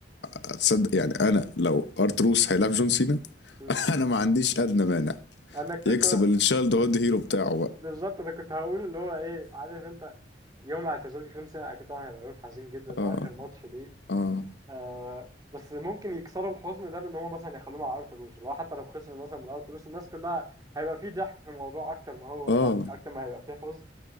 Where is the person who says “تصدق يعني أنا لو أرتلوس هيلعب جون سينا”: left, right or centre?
Left